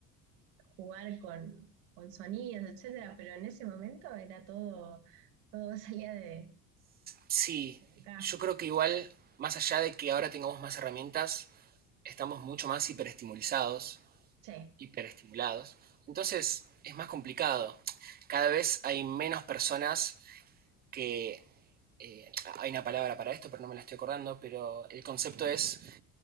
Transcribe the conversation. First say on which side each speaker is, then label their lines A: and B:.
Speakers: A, on the right (about 85°); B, on the right (about 25°).
A: jugar con, con sonidos, etcétera, pero en ese momento era todo, todo <laughs> salía de
B: Sí,
A: acá.
B: yo creo que igual, más allá de que ahora tengamos más herramientas, estamos mucho más hiperestimulizados,
A: Sí,
B: hiperestimulados. Entonces es más complicado. Cada vez hay menos personas que... eh, hay una palabra para esto, pero no me la estoy acordando, pero el concepto es